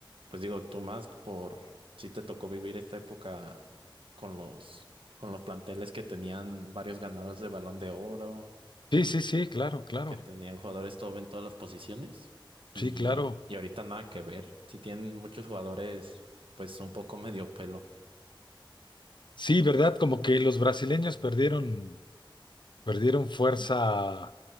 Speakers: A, on the right; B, on the left.
A: Pues digo, tú más por si te tocó vivir esta época con los con los planteles que tenían varios ganadores de Balón de Oro,
B: Sí, sí, sí, claro, claro.
A: que tenían jugadores top en todas las posiciones y,
B: Sí, claro.
A: y ahorita nada que ver. Si tienen muchos jugadores, pues un poco medio pelo.
B: Sí, ¿verdad? Como que los brasileños perdieron, perdieron fuerza